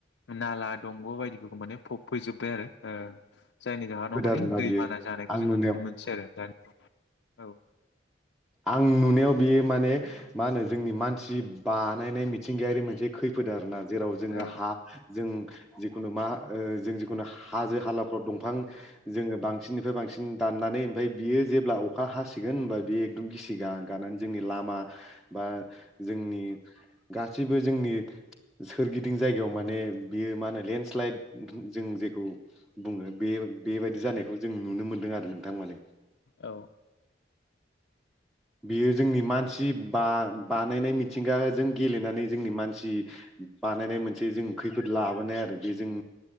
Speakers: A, on the left; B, in the centre.
A: नाला दंग' बायदिफोरखौ माने फब फैजोबबाय आरो ओ जायनि जाहोनाव माने
B: आरोना
A: दैबाना
B: बियो
A: जानायखौ
B: आं
A: जोङो
B: नुनायाव
A: नुनो मोनसै आरो दानि औ
B: आं नुनायाव बियो माने मा होनो जोंनि मानसि बानायनाय मिथिंगायारि मोनसे खैफोद आरोना। जेराव जोङो
A: औ औ
B: हा जों जिखुनु मा ओ जों जिखुनु हाजो हालाफ्राव दंफां जोङो बांसिननिफ्राय बांसिन दाननानै ओमफ्राय बियो जेब्ला अखा हासिगोन होनबा बे दुम गिसि गा-गानानै जोंनि लामा बा जोंनि गा सिबो जोंनि सोरगिदिं जायगायाव मान ने बियो मा होनो लेनस्लाइद जों जेखौ बुङो बे बेबायदि जानायखौ जों नुनो मोनदों आरो नोंथां माने।
A: औ
B: बियो जोंनि मानसि बा बानायनाय मिथिंगा जों गेलेनानै जोंनि मानसि बानायनाय मोनसे जों खैफोद लाबोनाय आरो बे जों